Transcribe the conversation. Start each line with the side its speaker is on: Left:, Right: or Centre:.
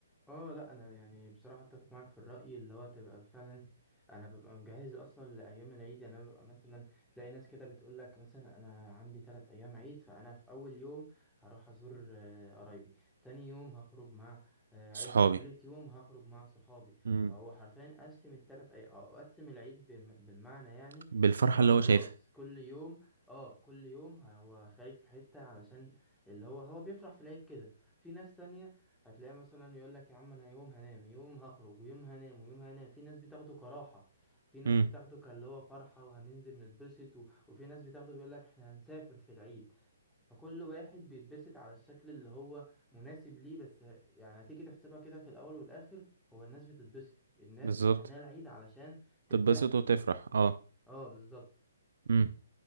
Centre: اه لا انا يعني بصراحه اتفق معاك في الراي اللي هو تبقى فعلا انا ببقى مجهز اصلا لايام العيد يعني انا ببقى مثلا تلاقي ناس كده بتقول لك مثلا انا عندي ثلاث ايام عيد فانا في اول يوم هروح ازور آه، قرايبي تاني يوم هخرج مع آه، عيلتي
Right: صحابي
Centre: تالت يوم هخرج مع صحابي
Right: امم
Centre: فهو حرفيا قسم الثلاث اي او قسم العيد بم- بالمعنى يعني
Right: بالفرحة
Centre: ان هو
Right: اللي
Centre: خلاص
Right: هو شايفها
Centre: كل يوم اه كل يوم هو خارج في حته علشان اللي هو هو بيفرح في العيد كده في ناس تانية هتلاقيه مثلا يقول لك يا عم انا يوم هنام يوم هخرج ويوم هنام ويوم هنام في ناس بتاخده كراحة في ناس
Right: امم
Centre: بتاخده كاللي هو فرحة وهننزل نتبسط و... وفي ناس بتاخده بيقول لك احنا هنسافر في العيد فكل واحد بيتبسط على الشكل اللي هو مناسب ليه بس يعني هتيجي تحسبها كده في الاول والاخر هو الناس بتتبسط الناس
Right: بالظبط
Centre: مستنية العيد علشان ترتاح
Right: تتبسط
Centre: فيه
Right: وتفرح اه
Centre: اه بالظبط
Right: امم